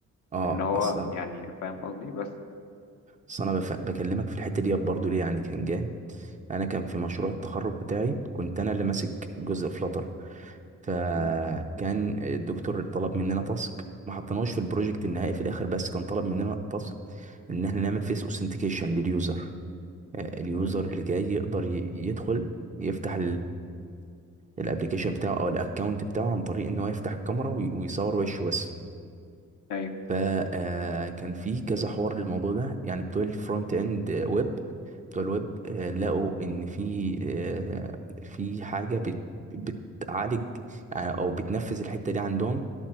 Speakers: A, on the right (about 25°); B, on the left (about 70°).
A: اه
B: لان هو
A: اصلا
B: يعني فاهم قصدي بس
A: بس انا بف... بكلمك في الحته دي برضو ليه يعني كان جه انا كان في مشروع التخرج بتاعي كنت انا اللي ماسك جزء فلاتر فكان
B: مم.
A: الدكتور طلب مننا تاسك ما حطيناهوش في البروجكت النهائي في الاخر بس كان طلب مننا تاسك ان احنا نعمل فيس اوثنتيكيشن لليوزر آه، اليوزر
B: مم.
A: اللي جاي يقدر ي- يدخل يفتح الابلكيشن بتاعه او الاكونت بتاعه عن طريق ان هو يفتح الكاميرا وي- ويصور وشه بس
B: ايوه
A: فكان في كذا حوار للموضوع ده يعني بتوع الفرونت اند ويب بتوع الويب آه، لقوا ان في آه، في حاجه بت بتعالج يعني او بتنفذ الحته دي عندهم